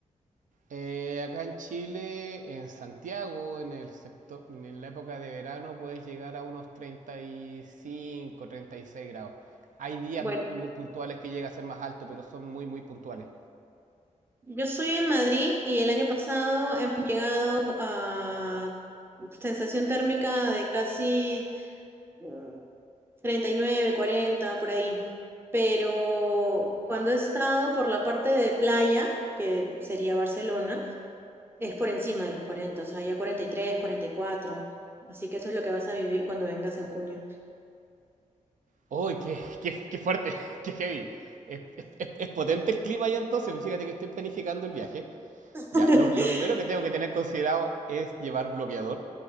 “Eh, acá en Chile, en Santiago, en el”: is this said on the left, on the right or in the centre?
Right